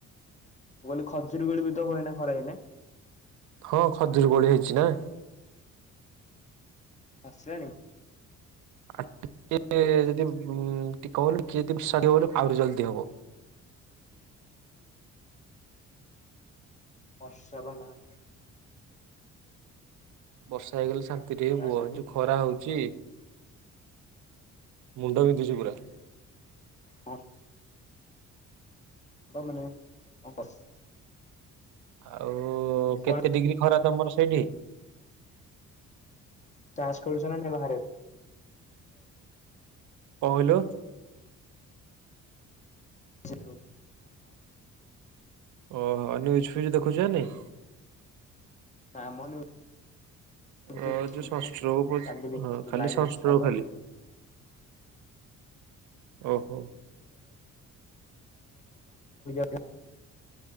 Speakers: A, on the left; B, on the right.
A: ମୁ କହିଲି ଖଜୁର କୋଳି ବି ତ ହୁଏନା ଖରା ଦିନେ।
B: ହଁ ଖଜୁରୀ କୋଳି ହେଇଛି ନା।
A: ପାଚିଲାଣି।
B: ଆଉ ଟିକେ ଯଦି ଉଁ ଟିକେ କି <unintelligible> ଆହୁରି ଜଲଦି ହବ।
A: ବର୍ଷା ବା ନାହିଁ।
B: ବର୍ଷା ହେଇଗଲେ ଶାନ୍ତିରେ
A: ଖରା
B: ହୁଅ
A: ଖାଲି ହଁ
B: ଯୋଉ ଖରା ହଉଛି। ମୁଣ୍ଡ ବିନ୍ଧୁଚି ପୁରା।
A: ହଁ। ତ ମାନେ କଣ କହି
B: ଆଉ
A: କଣ
B: କେତେ ଡିଗ୍ରୀ ଖରା ତମର ସେଇଠି।
A: ତାସ ଖେଲୁଚ ନା ନାଇ ବାହାରେ।
B: କଣ କହିଲୁ।
A: <inaudible>
B: ଓହୋ ନିଉଜ୍ ଫିଉଜ୍ ଦେଖୁଚୁ ନା ନାଇଁ।
A: କାମ ନୁହେଁ। ମୁ
B: ଅ
A: ଦେଖିନି
B: ଯୋଉ ସନଷ୍ଟ୍ରୋକ
A: ମୁଁ
B: ହଉଛି
A: କାଲି ଦେଖିବି
B: ହଁ ଖାଲି
A: ଲାଇଟ
B: ସନଷ୍ଟ୍ରୋକ
A: ନଥିଲା ତ।
B: ଖାଲି ଓହୋ
A: <unintelligible>